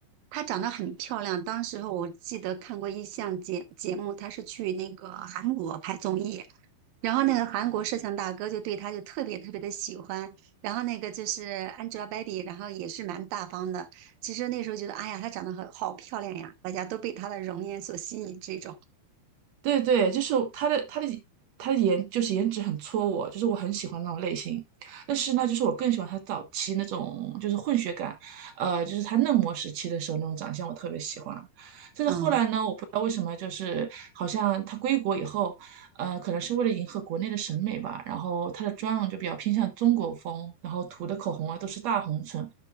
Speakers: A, on the right (about 75°); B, on the right (about 60°).
A: 她长得很漂亮，当时候我记得看过一项节节目，她是去那个韩国拍综艺，然后那个韩国摄像大哥就对她就特别特别的喜欢，然后那个就是 Angelababy，然后也是蛮大方的。其实那时候觉得，哎呀，她长得很好漂亮呀，大家都被她的容颜所吸引，这种，
B: 对对，就是他的他的他的颜就是颜值很戳我，就是我很喜欢那种类型。但是呢，就是我更喜欢他早期那种就是混血感，呃，就是他嫩模时期的时候那种长相我特别喜欢。但是后来呢，
A: 嗯。
B: 我不知道为什么，就是好像他归国以后，呃，可能是为了迎合国内的审美吧，然后他的妆容就比较偏向中国风，然后涂的口红啊都是大红唇，